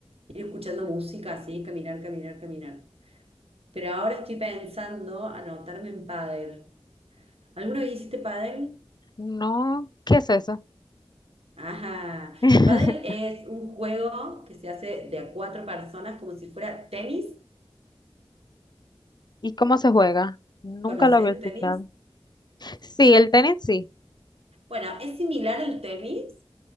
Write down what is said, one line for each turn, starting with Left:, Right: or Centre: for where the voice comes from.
Right: ir escuchando música así, caminar, caminar, caminar. Pero ahora estoy pensando anotarme en pádel. ¿Alguna vez hiciste pádel?
Left: No, ¿qué es eso?
Right: Ajá.
Left: <laughs>
Right: Pádel es un juego que se hace de a cuatro personas como si fuera tenis.
Left: ¿Y cómo se juega? Nunca
Right: ¿Conoces
Left: lo había
Right: el
Left: escuchado.
Right: tenis?
Left: Sí, el tenis sí.
Right: Bueno, es similar al tenis